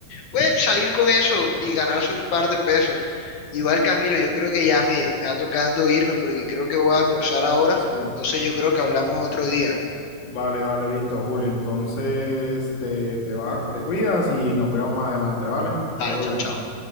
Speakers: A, on the left; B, on the left.
A: puede salir con eso y ganarse un par de pesos. Igual Camilo, yo creo que ya me, me va tocando irme porque creo que voy a almorzar ahora.
B: Sí.
A: Entonces yo creo que hablamos otro día.
B: Vale, vale, listo, Julio. Entonces, te, te vas, te cuidas y nos vemos más adelante, ¿vale?
A: Dale,
B: Todo
A: chao,
B: bien.
A: chao.